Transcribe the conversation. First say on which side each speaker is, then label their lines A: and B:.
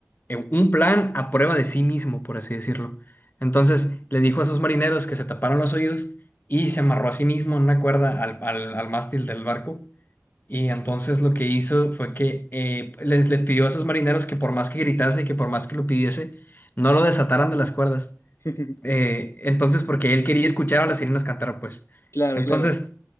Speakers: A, on the left; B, on the left.
A: eh, un plan a prueba de sí mismo, por así decirlo. Entonces, le dijo a sus marineros que se taparon los oídos y se amarró a sí mismo en una cuerda al, al al mástil del barco y entonces lo que hizo fue que eh, les, le pidió a esos marineros que por más que gritase y que por más que lo pidiese, no lo desataran de las cuerdas.
B: <laughs>
A: Eh, entonces, porque él quería escuchar a las sirenas cantar, pues.
B: Claro,
A: Entonces,
B: claro,